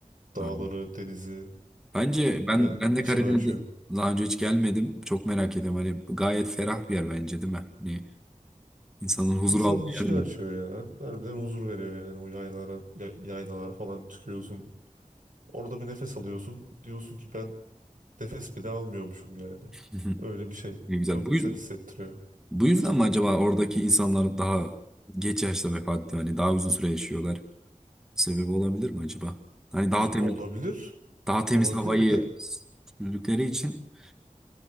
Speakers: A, on the right; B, in the centre.
A: dağları,
B: Ha.
A: denizi
B: Bence
A: çok
B: ben
A: ya,
B: ben de
A: içimi
B: Karadeniz'e
A: açıyor.
B: daha önce hiç gelmedim. Çok merak ediyorum. Hani gayet ferah bir yer bence değil mi? Hani insanın huzur
A: İnsanın
B: aldığı
A: içini
B: yer değil
A: açıyor
B: mi?
A: yani. Harbiden huzur veriyor yani o yaylalara, ya- yaylalara falan çıkıyorsun. Orada bir nefes alıyorsun. Diyorsun ki ben nefes bile almıyormuşum yani.
B: <clears throat>
A: Öyle bir şey.
B: Ne güzel.
A: Çok
B: Bu
A: güzel
B: yüzden,
A: hissettiriyor.
B: bu yüzden mi acaba oradaki insanlar daha geç yaşta vefat ediyor? Hani daha uzun süre yaşıyorlar. Bu sebebi olabilir mi acaba? Hani daha
A: Şimdi
B: temiz
A: olabilir.
B: daha temiz
A: Olabilir
B: havayı
A: bir de
B: sürdükleri için